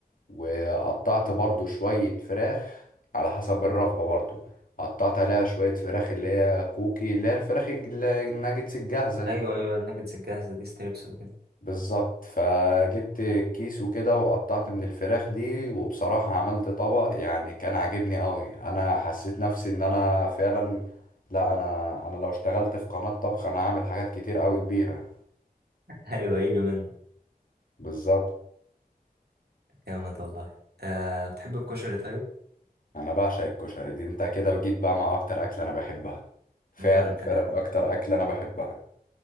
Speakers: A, on the left; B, on the right.
A: وقطعت برضو شوية فراخ على حسب الرغبة برضو قطعت عليها شوية فراخ اللي هي كوكي اللي هي الفراخ الج- الناجتس الجاهزة دي
B: ايوه ايوه الناجتس الجاهزه دي ستريبس وكده
A: بالظبط فجبت كيس وكده وقطعت من الفراخ دي وبصراحة عملت طبق يعني كان عاجبني قوي انا حسيت نفسي ان انا فعلا لا انا انا لو اشتغلت في قناة طبخ انا هعمل حاجات كتير قوي كبيرة
B: <laughs> ايوه يجي منه
A: بالظبط
B: جامد والله آه بتحب الكشري طيب
A: انا بعشق الكشري دي انت كده وجيت بقى مع اكتر اكلة انا بحبها فعلا
B: هو ده الكلام
A: فعلا اكتر اكلة انا بحبها